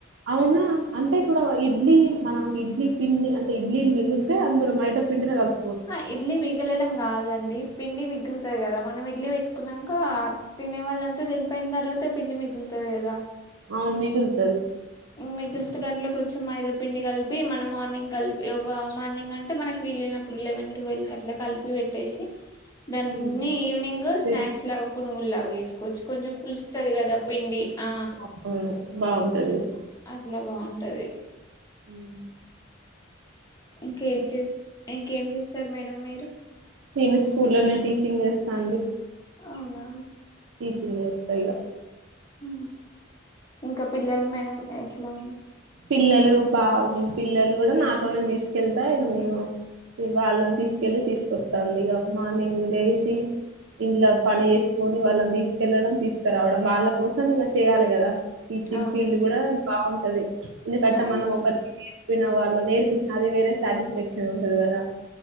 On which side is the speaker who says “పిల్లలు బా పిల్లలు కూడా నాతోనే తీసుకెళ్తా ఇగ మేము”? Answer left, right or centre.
Right